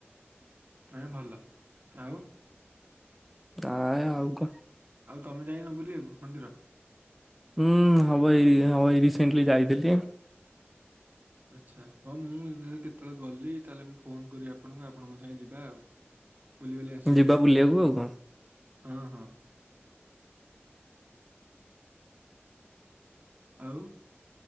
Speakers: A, on the right; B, in the centre.
A: ନାଇଁ ଭଲ। ଆଉ
B: ଆଏ ଆଉ କଣ?
A: ଆଉ ତମେ ଯାଇନ ବୁଲିବାକୁ ମନ୍ଦିର?
B: ହୁଁ। ହବ ଏଇ ହବ ଏଇ ରିସେଣ୍ଟଲି ଯାଇଥିଲି।
A: ଆଚ୍ଛା। ହଁ ମୁଁ ଯଦି କେତେବେଳେ ଗଲି ତାହେଲେ ମୁଁ ଫୋନ କରିବି ଆ ଆପଣଙ୍କୁ ଆପଣଙ୍କ ସାଙ୍ଗେ ଯିବା ଆଉ। ବୁଲିବାଲି ଆସିବା
B: ଯିବା
A: ଟିକେ
B: ବୁଲିବାକୁ
A: ମନ୍ଦିର ଆଉ।
B: କଣ
A: ହଁ ହଁ। ଆଉ